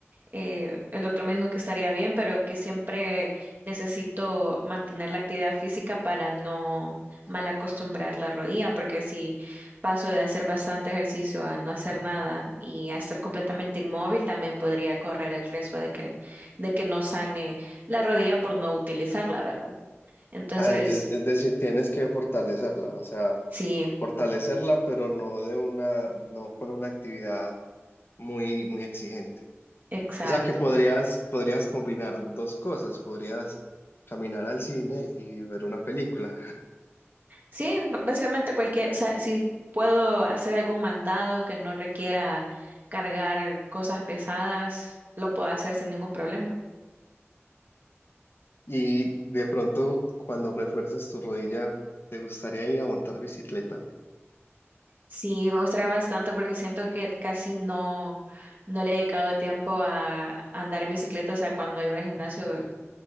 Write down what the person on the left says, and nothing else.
Ah, es, es decir, tienes que fortalecerla, o sea,
fortalecerla, pero no de una, no con una actividad muy, muy exigente.
O sea, que podrías, podrías combinar dos cosas, podrías caminar al cine y ver una película.
Y de pronto, cuando refuerces tu rodilla, ¿te gustaría ir a montar bicicleta?